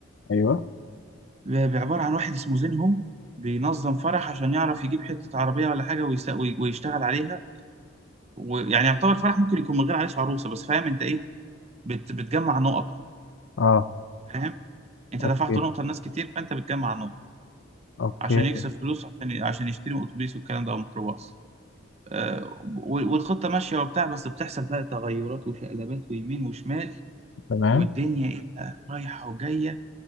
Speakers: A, on the left; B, on the right.
A: ايوه
B: بعبارة عن واحد اسمه زينهم بينظم فرح عشان يعرف يجيب حتة عربية ولا حاجة ويس- وي- ويشتغل عليها ويعني يعتبر فرح ممكن يكون من غير عريس وعروسة بس فاهم انت ايه بت... بتجمع نقط
A: اه
B: فاهم انت
A: اوكي
B: دفعت نقطة لناس كتير فانت بتجمع نقط
A: اوكي
B: عشان يكسب فلوس عشان ي- عشان يشتري اتوبيس والكلام ده او ميكروباص آه، و- والخطة ماشية وبتاع بس بتحصل بقى تغيرات وشقلبات ويمين وشمال
A: تمام
B: والدنيا ايه بقى رايحة وجاية